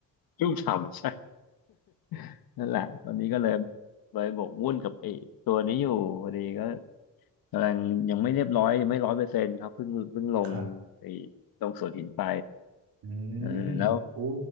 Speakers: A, on the left; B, on the right.
A: ชุ่มฉ่ำใช่ <laughs> นั่นแหละตอนนี้ก็เลยเลยบกวุ่นกับไอ้ตัวนี้อยู่พอดีก็กำลังยังไม่เรียบร้อยยังไม่ร้อยเปอร์เซ็นต์ครับเพิ่งเพิ่งลง
B: ครับ
A: ไอ้ลงสวนหินไป
B: อืมโอ้
A: เออแล้ว